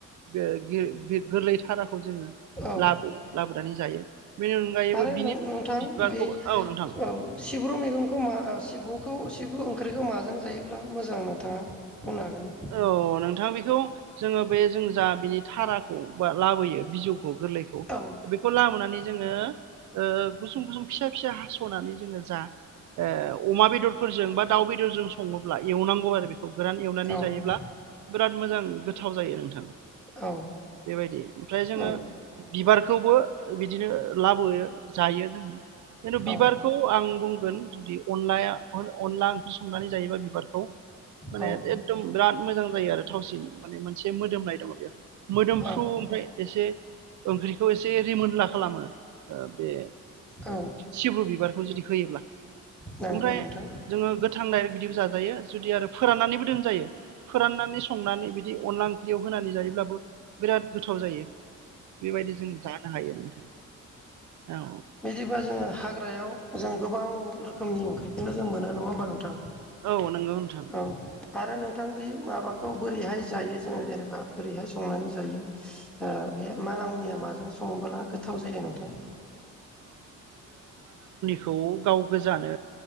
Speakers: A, on the right; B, in the centre.
A: बे <unintelligible> गोरलै थाराखौ जोङो
B: औ
A: लाबोयो लाबोनानै जायो, बेनि अनगायैबो
B: आरो
A: बिनि
B: नोंथां
A: बिबारखौ,
B: बै
A: औ नोंथां
B: औ सिब्रु मैगंखौ मा सिब्रुखौ सिब्रु ओंख्रिखौ माजों जायोब्ला मोजां नोंथाङा? बुंनो हागोन ना?
A: औ नोंथां बेखौ जोङो बे जों जा बिनि धाराखौ बा लाबोयो बिजौखौ गोरलैखौ
B: औ
A: बेखौ लाबोनानै जोङो ओ गुसुं-गुसुं फिसा-फिसा हास'नानै जोङो जा ओ अमा बेदरफोरजों बा दाउ बेदरजों सङोब्ला एवनांगौ आरो बेखौ। गोरान एवनानै
B: औ
A: जायोब्ला बिराद मोजां गोथाव जायो नोंथां।
B: औ।
A: बेबायदि ओमफ्राय जोङो
B: औ
A: बिबारखौबो बिदिनो लाबोयो जायो जोङो। खिन्थु
B: औ
A: बिबारखौ आं बुं गोन जुदि अनलाया अनला ओंख्रि संनानै जायोबा बिबारखौ माने
B: औ
A: एकदम बिराद मोजां जायो आरो थावसिन माने मोनसे मोदोमनाय दङ बेयो मोदोमफ्रु
B: औ
A: ओमफ्राय एसे ओंख्रिखौ एसे रिमोनला खालामो ओ बे
B: औ
A: सिब्रु बिबारखौ जुदि होयोब्ला
B: नंगौ
A: ओमफ्राय
B: नोंथां
A: जोङो गोथां दायरेक बिदिबो जाजायो जुदि आरो फोराननानैबो दोनजायो। फोराननानै संनानै बिदि अनला ओंख्रियाव होनानै जायोब्लाबो बिराद गोथाव जायो बेबायदि जों जानो हायो नोंथां औ
B: बिदिब्ला जोङो हाग्रायाव जों गोबां रोखोमनि ओंख्रिखौनो जों मोनो नङा होमबा नोंथां
A: औ नंगौ नोंथां
B: औ आरो नोंथां बे माबाखौ बोरैहाय जायो जोङो जेनेबा बोरैहाय संनानै जायो ओ बे मानामुनिया माजों सङोबोला गोथाव जायो नोंथां।
A: खौ गाव गोजानो